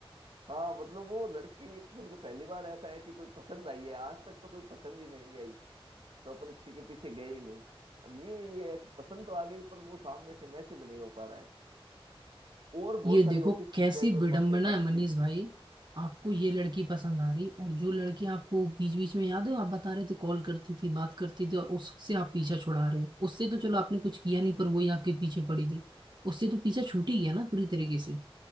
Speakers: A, on the right; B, on the right.
A: हाँ मतलब वो लड़की एक मतलब पहली बार ऐसा है कि कोई पसंद आई है आज तक तो कोई पसंद ही नहीं आई तो अपन किसी के पीछे गए ही नहीं अब ये ये है कि पसंद तो आ गई पर वो सामने से मैसेज नहीं हो पा रहा है और बहुत
B: ये
A: सारी
B: देखो
A: ऑफिस की
B: कैसी
A: कैजुअल
B: विडंबना
A: बातें हर
B: है मनीष
A: चीज
B: भाई आपको ये लड़की पसंद आ रही और जो लड़की आपको बीच बीच में याद है आप बता रहे थे कॉल करती थी बात करती थी और उससे आप पीछा छुड़ा रहे हो उससे तो चलो आपने कुछ किया नहीं पर वही आपके पीछे पड़ी थी उससे तो पीछा छूट ही गया ना पूरी तरीके से